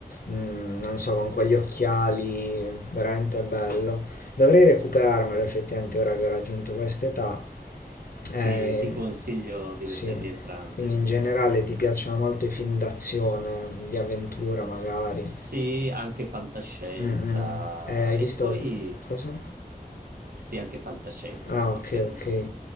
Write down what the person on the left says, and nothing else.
Mm, non so, con quegli occhiali, veramente bello. Dovrei recuperarmelo effettivamente ora che ho raggiunto quest'età. Eh,
sì,
quindi in
generale
ti piacciono molto i film d'azione, di avventura magari.
Mm, mm. Eh, hai visto...
cosa?
Ah,
ok,
ok.